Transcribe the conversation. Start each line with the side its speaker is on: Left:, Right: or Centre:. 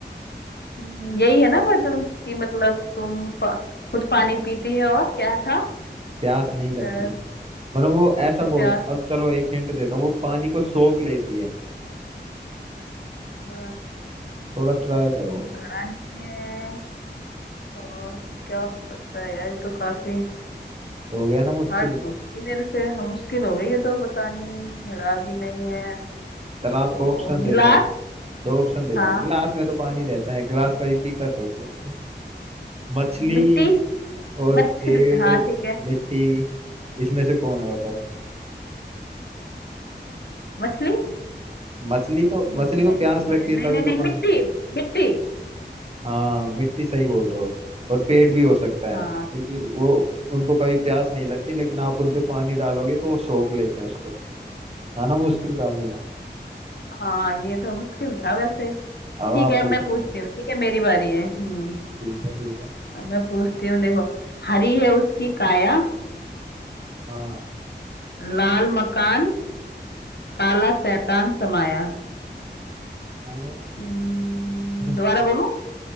Left: हम्म, यही है ना बदल कि मतलब तुम पा, खुद पानी पीती है और क्या था
Right: प्यास नहीं लगती
Left: अ,
Right: उसे मतलब वो ऐसा
Left: उसे प्यास
Right: बोल अब चलो एक हिंट देता हूँ वो पानी को सोख लेती है
Left: अ,
Right: थोड़ा ट्राई करो
Left: घड़ा नहीं है और तो क्या हो सकता है यार ये तो काफी
Right: हो गया ना मुश्किल
Left: हार्ड पूछ ली मेरे से हम मुश्किल हो गई है तो बतानी घड़ा भी नहीं है
Right: तालाब
Left: तो
Right: को ऑप्शन देता
Left: गिलास
Right: हूँ दो ऑप्शन देता
Left: हाँ
Right: हूँ गिलास में तो पानी रहता है गिलास का भी पीता थोड़ी है मछली
Left: मिट्टी
Right: और
Left: मछली
Right: पेड़
Left: हाँ ठीक है
Right: मिट्टी इसमें से कौन है बताओ
Left: मछली
Right: मछली तो
Left: नहीं
Right: मछली को प्यास
Left: नहीं
Right: लगती
Left: नहीं
Right: है
Left: नहीं
Right: तभी
Left: नहीं
Right: तो
Left: नहीं मिट्टी
Right: पानी पीती
Left: मिट्टी
Right: हाँ मिट्टी सही बोल रहे हो और पेड़ भी हो सकता
Left: हाँ
Right: है क्योंकि वो उनको कभी प्यास नहीं लगती लेकिन आप उनपे पानी डालोगे तो वो सोख लेते हैं उसको है ना मुश्किल काफी
Left: हाँ ये तो मुश्किल था वैसे
Right: अब
Left: ठीक
Right: आप
Left: है
Right: पूछो
Left: मैं पूछती
Right: कोई
Left: हूँ ठीक है मेरी बारी है हम्म
Right: ठीक है ठीक है
Left: अब मैं पूछती हूँ देखो हरी है उसकी काया
Right: हाँ
Left: लाल मकान काला शैतान समाया
Right: हाँ।
Left: हम्म,
Right: <laughs>
Left: दोबारा बोलूं